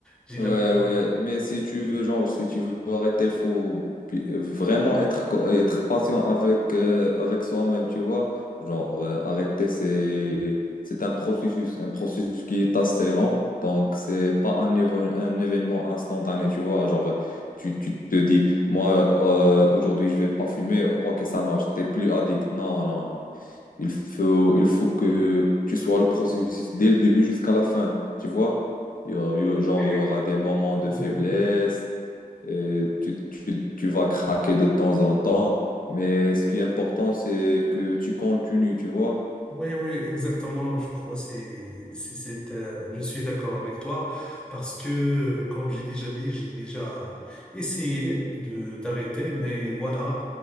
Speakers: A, in the centre; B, on the left.
A: J'ai
B: Ouais,
A: l'habitude.
B: ouais,
A: Oui,
B: mais si tu veux, genre, si tu veux arrêter, il faut bi- vraiment être, co- être patient avec, euh, avec soi-même, tu vois. Genre, euh, arrêter, c'est, c'est un processus, un processus qui est assez lent, donc c'est pas un, éve- un événement instantané, tu vois. Genre, tu, tu te dis, moi, euh, aujourd'hui, je vais pas fumer, ok, ça marche, t'es plus addict. Non, non, non. Il faut, il faut que tu sois le processus dès le début jusqu'à la fin, tu vois? Il y aura, il y aura- genre,
A: oui,
B: il y aura des moments de
A: exactement.
B: faiblesse, et tu, tu, tu vas craquer de temps en temps, mais ce qui est important, c'est que tu continues, tu vois?
A: Oui, oui, exactement. Je crois c'est c'est c'est euh, je suis d'accord avec toi parce que euh, comme j'ai déjà dit, j'ai déjà essayé de d'arrêter, mais voilà,